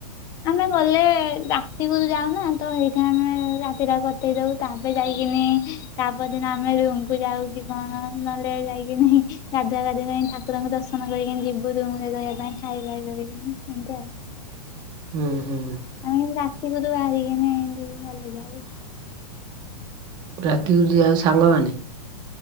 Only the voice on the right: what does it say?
ହୁଁ ହୁଁଁ
ରାତିକୁରୁ ଯାଅ ସାଙ୍ଗମାନେ?